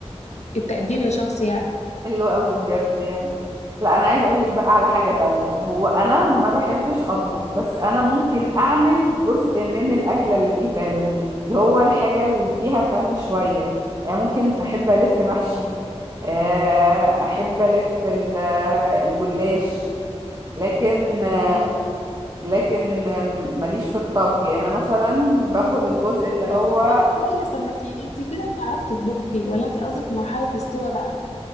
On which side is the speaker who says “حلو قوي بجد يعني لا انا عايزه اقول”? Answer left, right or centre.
Right